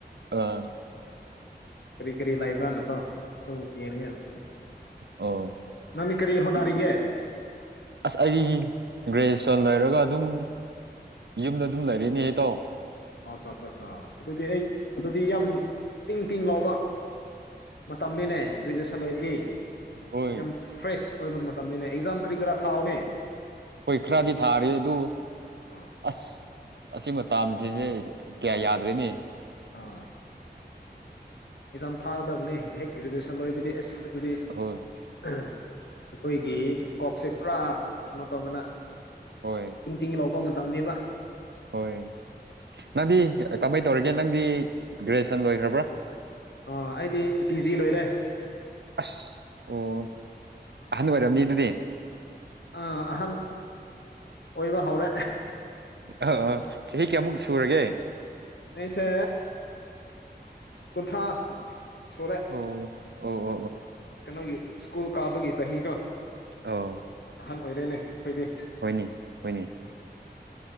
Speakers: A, on the right (about 80°); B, on the left (about 80°).
A: ꯑꯥ
B: ꯀꯔꯤ ꯀꯔꯤ ꯂꯩꯕ꯭ꯔꯥꯅ ꯀꯣ ꯑꯗꯨ ꯌꯦꯡꯅꯤꯡꯉꯥꯏ
A: ꯑꯣ
B: ꯅꯪꯗꯤ ꯀꯔꯤ ꯍꯣꯠꯅꯔꯤꯒꯦ
A: ꯑꯁ ꯑꯩ ꯒ꯭ꯔꯦꯖꯨꯌꯦꯁꯟ ꯂꯣꯏꯔꯒ ꯑꯗꯨꯝ ꯌꯨꯝꯗ ꯑꯗꯨꯝ ꯂꯩꯔꯦꯅꯦ ꯏꯇꯥꯎ
B: ꯑꯥꯆꯥꯆꯆꯥ ꯑꯗꯨꯗꯤ ꯑꯩ ꯑꯗꯨꯗꯤ ꯌꯥꯝ ꯇꯤꯡ ꯇꯤꯡ ꯂꯥꯎꯕ ꯃꯇꯝꯅꯤꯅꯦ ꯒ꯭ꯔꯦꯖꯨꯑꯦꯁꯟ ꯂꯣꯏꯕꯗꯤ
A: ꯍꯣꯏ
B: ꯌꯥꯝ ꯐ꯭ꯔꯦꯁ ꯑꯣꯏꯕ ꯃꯇꯝꯅꯤꯅꯦ ꯑꯦꯛꯖꯥꯝ ꯀꯔꯤ ꯀꯔꯥ ꯊꯥꯎꯑꯣꯅꯦ
A: ꯍꯣꯏ ꯈꯔꯗꯤ ꯊꯥꯔꯤ ꯑꯗꯨ
B: ꯑꯥ
A: ꯑꯁ ꯑꯁꯤ ꯃꯇꯥꯝꯁꯤꯁꯦ ꯀꯌꯥ ꯌꯥꯗ꯭ꯔꯦꯅꯦ
B: ꯑꯥ ꯑꯦꯛꯖꯥꯝ ꯊꯥꯒꯗꯕꯅꯤ ꯍꯦꯛ ꯒ꯭ꯔꯦꯖꯨꯋꯦꯁꯟ ꯂꯣꯏꯕꯗꯤ ꯑꯦꯁ ꯑꯗꯨꯗꯤ
A: ꯍꯣꯏ
B: ꯑꯩꯈꯣꯏꯒꯤ ꯀꯣꯛꯁꯦ ꯄꯨꯔꯥ ꯀꯩꯅꯣ ꯇꯧꯗꯅ
A: ꯍꯣꯏ
B: ꯇꯤꯡ ꯇꯤꯡ ꯂꯥꯎꯕ ꯃꯇꯝꯅꯦꯕ
A: ꯍꯣꯏ ꯅꯪꯗꯤ ꯀꯃꯥꯏꯅ ꯇꯧꯔꯤꯒꯦ ꯅꯪꯗꯤ ꯒ꯭ꯔꯦꯖꯨꯌꯦꯁꯟ ꯂꯣꯏꯈ꯭ꯔꯕ꯭ꯔꯥ
B: ꯑ ꯑꯩꯗꯤ ꯄꯤ ꯖꯤ ꯂꯣꯏꯔꯦ
A: ꯑꯁ ꯑꯣ ꯑꯍꯟ ꯑꯣꯏꯔꯝꯅꯤ ꯑꯗꯨꯗꯤ
B: ꯑꯥ ꯑꯍꯟ ꯑꯣꯏꯕ ꯍꯧꯔꯦ
A: ꯑ ꯑ ꯆꯍꯤ ꯀꯌꯥꯃꯨꯛ ꯁꯨꯔꯒꯦ
B: ꯑꯩꯁꯦ ꯀꯨꯟꯊ꯭ꯔꯥ ꯁꯨꯔꯦ
A: ꯑꯣ ꯑꯣ ꯑꯣ ꯑꯣ
B: ꯀꯩꯅꯣꯒꯤ ꯁ꯭ꯀꯨꯜ ꯀꯥꯕꯒꯤ ꯆꯍꯤꯗ‌ꯣ
A: ꯑꯣ
B: ꯑꯍꯟ ꯑꯣꯏꯔꯦꯅꯦ ꯑꯩꯈꯣꯏꯗꯤ
A: ꯍꯣꯏꯅꯦ ꯍꯣꯏꯅꯦ